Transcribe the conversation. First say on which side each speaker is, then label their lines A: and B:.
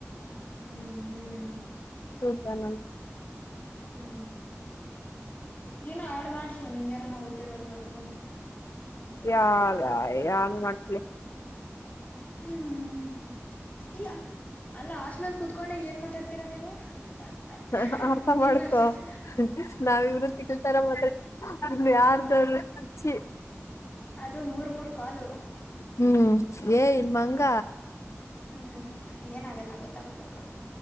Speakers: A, on the left (about 35°); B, on the left (about 70°).
A: ಹ್ಮ್ ಹ್ಮ್.
B: <unintelligible>
A: ಹ್ಮ್ ನೀನು ಆಡ್ ಮಾಡ್ಸು ನಿಂಗೆ ಯಾರನ ಗೊತ್ತಿರೋರ್ಗೆಲ್ಗೂ.
B: ಯಾರ್ ಯಾರನ್ನ ಮಾಡ್ಸ್ಲಿ..
A: ಹ್ಮ ಇಲ್ಲ <inaudible> ಅಲ್ಲ ಹಾಸ್ಲಲ್ ಕುೂತ್ಕೊಂಡ ಏನ್ ಮಾತಾಡ್ತೀರಾ ನೀವು <unintelligible>
B: <unintelligible> ಆರ್ತ
A: ನೀನು
B: ಮಾಡಕೊ
A: ಹರ್ಷಿತಾ.
B: <unintelligible> ನಾವ ಇವರು ತಿಕಲ್ ತರ ಮಾತಡ ಇನ್ನು ಯಾರ್ದ ಹುಚ್ಚಿ
A: ಅದು ಮೂರ್ ಮೂರ್ ಕ್ವಾಲ
B: ಹ್ಮ್ ಎನ್ ಮಂಗ
A: ಹ್ಮ್ ಏನಾಗಲ್ಲ ಗೊತ್ತಾಗುತ್ತೆ ಬಿಡು